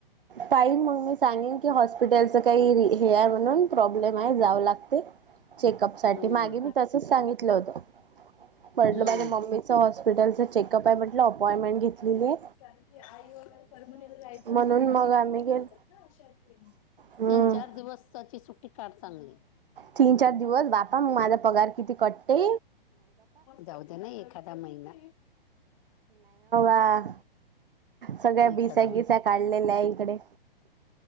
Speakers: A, on the right; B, on the left.
A: पाहिन मग मी सांगेन. की हॉस्पिटलचं काही र हे आहे म्हणून. प्रॉब्लेम आहे जावं लागते. चेकअप साठी.
B: हम्म
A: मागे मी तसच सांगितलं होतं. म्हटलं
B: हम्म
A: माझ्या मम्मीचं हॉस्पिटलचं चेकअप आहे म्हटलं. अपॉइंटमेंट घेतलेलीये.
B: कारण की आई वगरे परमनीला जायचं
A: म्हणून
B: असेल त म
A: मग
B: इकडून
A: आम्ही
B: च
A: गेल
B: जातात ना. अशा ट्रेननी.
A: हम्म
B: तीन चार दिवसाची सुट्टी काड चांगली.
A: तीन चार दिवस बापा. मग माझा पगार किती कट्टते.
B: जाऊद्या ना एखादा महिना.
A: हा सगळ्या बिस्या
B: एखादा महिना
A: गिस्या काढलेल्याय इकडे.